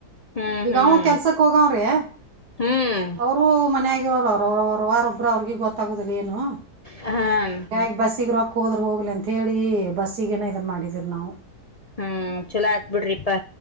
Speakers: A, on the left; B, on the right.
A: ಹ್ಮ್
B: ಈಗ
A: ಹ್ಮ್
B: ಅವ ಕೆಲ್ಸಕ್ ಹೋಗವ್ರೀ.
A: ಹ್ಮ್
B: ಅವರು ಮನೆ ಆಗಿರೋ ಅವರು. ವಾರ ಒಬ್ಬ ಅವರಿಗೆಿಗೆ ಗೊ. ತಗುದಿಲ್ಲ ಏನು
A: ಹ್ಮ
B: ಗ ಬಸ್ಸಿಗೆ ರೊ. ಹೋದ್ರ ಹೋಗ್ಲಿ ಅಂತ ಹೇಳಿ ಬಸ್ಸಗೇನ ಇದನ್ ಮಾಡಿದರಿ ನಾವು.
A: ಹ್ಮ್ ಚಲೋ ಆತ್ ಬಿಡ್ರಿಪಾ